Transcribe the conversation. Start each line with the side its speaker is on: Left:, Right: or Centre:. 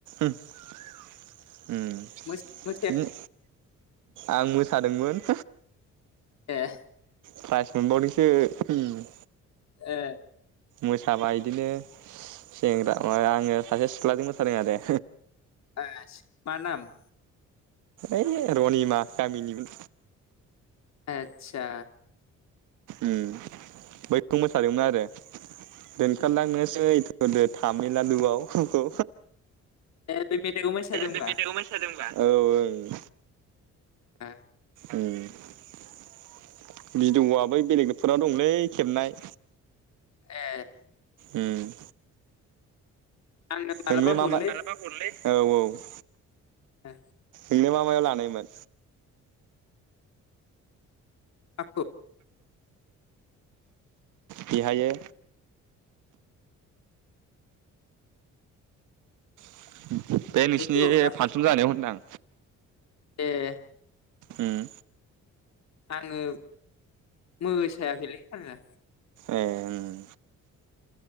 Right: उम
Left: मोस- मोसाया
Right: बिदिनो आं सादोंमोन
Left: ए
Right: फ्राइस मोनबाव दों सो हम
Left: ए
Right: मोसाबा इदिनो सेंग्रा मा आङो सासे सिख्लाजों मोसादों आरो।
Left: आस मा नाम?
Right: ओइ रनिमा गामिनिमोन
Left: आदसा
Right: उम बैखौ मोसादोंमोन आरो दोनखारलांनोसै‌ थुदो तामिल लाडुआव खौ
Left: ए बे मेथाइखौ मोसादों होनबा?
Right: बे मेथाइखौ मोसादोंबा औ ओं
Left: आ
Right: ओम भिडआ बै बेलेगफोराव दंलै खेबनाय
Left: ए
Right: उम
Left: आंनो मालाबा
Right: नोंलाय मा
Left: हरलै
Right: मा मालाबा हरलै औ औ। <inaudible>
Left: आ
Right: नोंलाय मा मायाव लानायमोन?
Left: <inaudible>
Right: बेहायो <inaudible> बे
Left: आंखौ
Right: नोंसिनि
Left: ना
Right: फान्सन जानायाव होन्दां।
Left: ए
Right: उम।
Left: आङो मोसायाखैलै आङो।
Right: ए उम